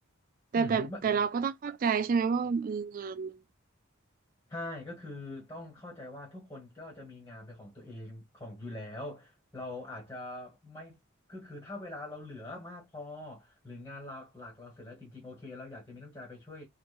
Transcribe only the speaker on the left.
อืมฮึไม่ใช่ก็คือต้องเข้าใจว่าทุกคนก็จะมีงานเป็นของตัวเองของอยู่แล้วเราอาจจะไม่คือคือถ้าเวลาเราเหลือมากพอหรืองานหลักหลักเราเสร็จแล้วจริงๆโอเคเราอยากจะมีน้ำใจไปช่วย